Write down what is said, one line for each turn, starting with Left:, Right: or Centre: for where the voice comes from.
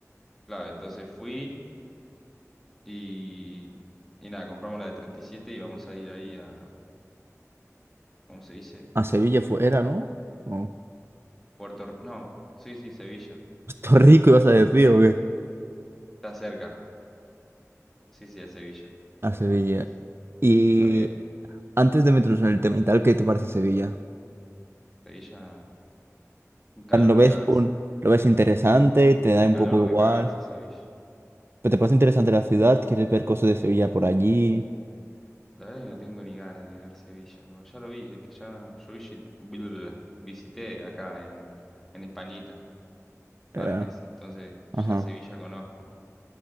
Centre: Claro, entonces fui y... Y nada, compramos la de 37 y siete y vamos a ir ahí a... ¿Cómo se dice?
Right: A Sevilla fue, era,
Centre: a
Right: ¿no? No.
Centre: Puerto... Re- No, sí, sí, Sevilla.
Right: <laughs> Puerto Rico, ibas a decir, ¿o qué?
Centre: <laughs> Está cerca. Sí, sí, a Sevilla.
Right: A Sevilla.
Centre: As-
Right: Y
Centre: Así que está bien.
Right: antes de meternos en el tema y tal, ¿qué te parece Sevilla?
Centre: Sevilla, un calor
Right: ¿Lo ves
Centre: de cagarse.
Right: un, lo ves interesante? ¿Te da un
Centre: Calor
Right: poco igual?
Centre: de cagarse Sevilla.
Right: ¿Pero te parece interesante la ciudad? ¿Quieres ver cosas de Sevilla por allí?
Centre: La verdad que no tengo ni ganas de ver Sevilla. Como ya lo vi, es que ya yo visi- blablabla, visité acá en, en Españita
Right: Eh,
Centre: antes. Entonces
Right: ajá.
Centre: ya Sevilla
Right: O
Centre: conozco.